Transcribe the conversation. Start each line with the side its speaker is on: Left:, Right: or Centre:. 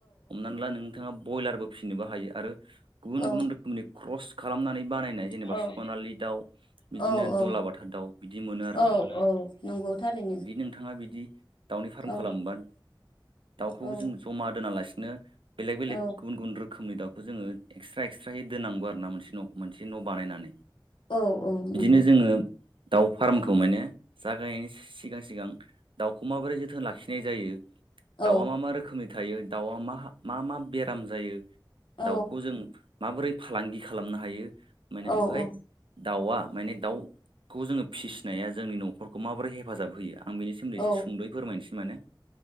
Right: हमनानै ला नोंथाङा बयलारबो फिनोबो हायो आरो गुबुन
Left: औ
Right: गुबुन रोखोमनि क्रस खालामनानै बानायनाय जेनेबा
Left: औ
Right: सनालि दाउ बिदिनो
Left: औ औ
Right: दुलाबाथा दाउ बिदि मोनो आरोना
Left: औ औ नंगौ थारैनो
Right: बिदि नोंथाङा बिदि दाउनि फाराम
Left: औ
Right: खालामोन दाउखौ
Left: औ
Right: जों जमा दोनालासिनो बेलेग बेलेग
Left: औ
Right: गुबुन गुबुन रोखोमनि दं बेखौ जोङो एक्सट्रा एक्सट्राहै दोननांगौ आरो ना मोनसे न' मोनसे न' बानायनानै
Left: औ औ नंगौ
Right: बिदिनो जोङो दाउ फार्मखौ माने जागायस सिगां सिगां दाउखौ माबोरै जोथोन लाखिनाय जायो
Left: औ
Right: दाउआ मा मा रोखोमनि थायो दाउआ मा मा मा बेराम जायो
Left: औ
Right: दाउखौ जों माबोरै फालांगि खालामनो हायो माने
Left: औ
Right: ओमफाय
Left: औ
Right: दाउआ माने दाउखौ जोङो फिसिनाया जोंनि न'खरखौ माबोरै हेफाजाब होयो आं बेनि सोमोन्दै
Left: औ
Right: एसे सुंद'यै फोरमायनोसै माने